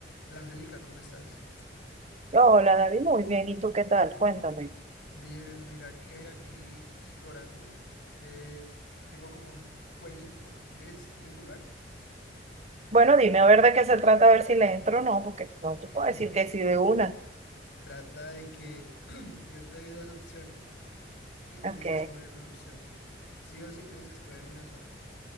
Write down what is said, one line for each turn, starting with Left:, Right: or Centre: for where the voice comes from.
Left: Hola Angélica, ¿cómo estás?
Right: Hola, David, muy bien. ¿Y tú qué tal? Cuéntame.
Left: Bien, mira que aquí explorando, eh, tengo como un jueguito. ¿Quieres, quieres jugar?
Right: Bueno, dime a ver de qué se trata, a ver si le entro o no, porque no te
Left: <laughs>
Right: puedo decir que sí de una.
Left: Trata de que <clears throat> yo te doy dos opciones y tienes
Right: Ok.
Left: que escoger una opción. Sí o sí tienes que escoger una sola.